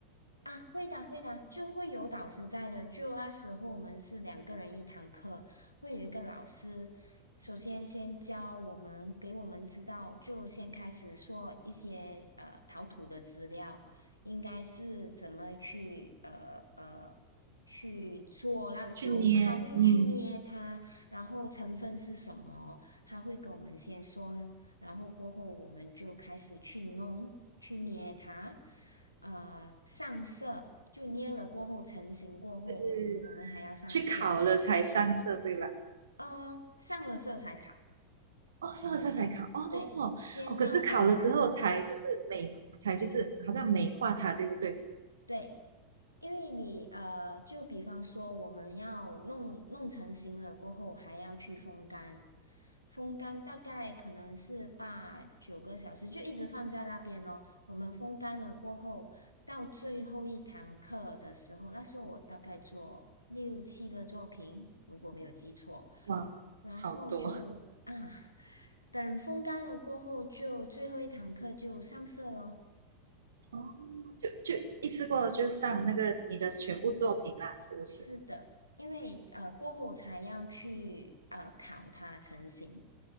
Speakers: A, on the left; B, on the right.
A: 啊，会的，会的，就会有导师在的。就那时候我们是两个人一堂课，会有一个老师，首先先教我们，给我们知道，就先开始说一些呃陶土的资料，应该是怎么去呃呃去做那，就他会去捏它，
B: 去捏，嗯，
A: 然后成分是什么，他会跟我们先说，然后过后我们就开始去弄，去捏它。呃上色，就捏了过后成型过后，
B: 就是
A: 我们还要上色，
B: 去烤了才上色，对吧？
A: 呃，上了色才烤。
B: 哦，上了色才烤，哦哦，
A: 对，先要风干。
B: 可是烤了之后才就是美，才就是好像美化它，对不对？
A: 对，因为你呃，就比方说我们要弄弄成型了过后，还要去风干，风干大概可能是八九个小时，就一直放在那边哦。我们风干了过后，到最后一堂课的时候，那时候我大概做六七个作品，如果没有记错，
B: 哇，
A: 然后就啊，
B: 好多
A: <laughs> 等风干了过后就，最后一堂课就上色咯。
B: 哦 <laughs>，就就一次过就上那个你的全部作品啦，是不是？
A: 是的，因为呃过后才要去呃烤它成型。